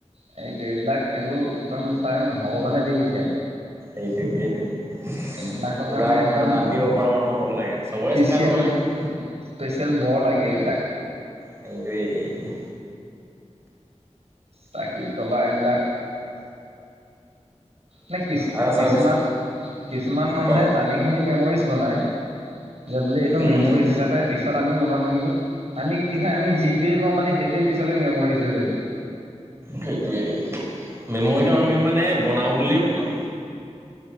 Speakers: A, on the right; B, on the right.
A: সেইটো এইবিলাক এইবোৰ একদম টাইম ভগৱানে দি পঠিয়ায়।
B: এইটোৱে এইটোৱে।
A: এইবিলাকৰ কাৰণে
B: উদাৰ
A: একদম
B: মন দান দিব পৰা মানুহ হ'ব লাগে, চবৰে
A: স্পেচিয়েল
B: চিন্তা কৰিব লাগে ন।
A: স্পেচিয়েল বৰ লাগে এইবিলাক।
B: সেইটোৱেই
A: বাকী কবাৰ এইবিলাক। নে কিছু
B: আৰু
A: কিছুমান
B: চাৰ্ভিচ
A: কিছুমান মানুহে
B: ক
A: জানি শুনি মেমৰিজ বনাই। যে বোলে এইটো
B: উম
A: মেমৰিজ হিচাপে। পিছত আমি মন লওঁ কিন্তু আমি কি হয় আমি যিটোৱে কওঁ মানে সেইটোৱে পিছলে মেম'ৰিজ হৈ যায়গে।
B: সেইটোৱে মেমৰিটো
A: এ
B: আমি মানে বনাও বুলিয়ে বনাও।